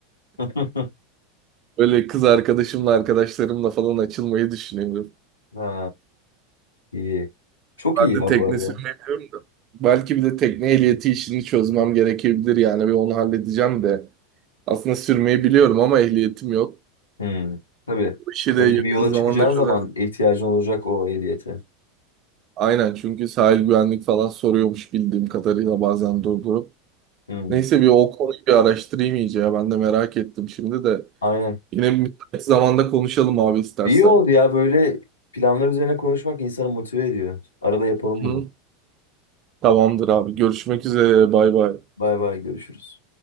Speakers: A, on the left; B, on the right.
A: <laughs>
B: Böyle kız arkadaşımla arkadaşlarımla falan açılmayı düşünüyorum.
A: Ha iyi. Çok
B: Ben
A: iyi ya
B: de tekne
A: bu arada.
B: sürmeyemiyorum da. Belki bir de tekne ehliyeti işini çözmem gerekebilir yani bir onu halledeceğim de. Aslında sürmeyi biliyorum ama ehliyetim yok.
A: Hmm. Tabii.
B: Bu işi
A: Öyle
B: de yakın
A: bir yola
B: zamanda
A: çıkacağın
B: çözer.
A: zaman ihtiyacın olacak o ehliyete.
B: Aynen çünkü sahil güvenlik falan soruyormuş bildiğim kadarıyla bazen durdurup.
A: Hmm.
B: Neyse bir o konuyu bir araştırayım iyice ya ben de merak ettim şimdi de.
A: Aynen.
B: Yine bir müsait zamanda konuşalım abi istersen.
A: İyi oldu ya böyle planlar üzerine konuşmak insanı motive ediyor. Arada yapalım
B: Hı.
A: bunu.
B: Tamamdır abi görüşmek üzere bay bay.
A: Bay bay görüşürüz.